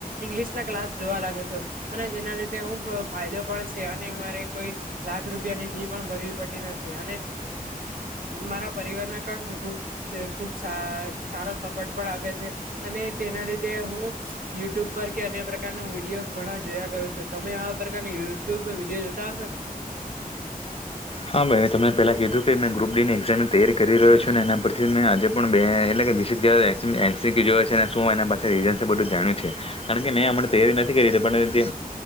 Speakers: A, on the right; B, on the left.
A: ઇંગ્લિશ ના ક્સ જોવા લાગ્યો. અને જેના લીધે હું ફાયદો પણ છે અને મારે કોઈ લાખ રૂપિયાની ફી પણ ભરવી પડે. મારા પરિવારને પણ ખૂબ સારા સપોર્ટ પણ આપે છે અને તેના લીધે હું યુટ્યુબ પર કે અન્ય પ્રકારનો વિડીયો ઘણા જોયા કરો છો. તમે આવા પ્રકારની યુટ્યુબ વિડીયો જોતા હશો ને?
B: હા, ભાઈ મે તમને પેલા કીધું મેં ગ્રુપ ડીની એક્ઝામીની તૈયારી કરી રહ્યો છે અને એના પરથી મેં આજે પણ બે એટલે કે <unintelligible> એનસી હોય છે અને શું એના પાસે રીઝન છે બધું જાણવું છે. કારણ કે મેં અમણે તૈયારી નથી કરી પણ જે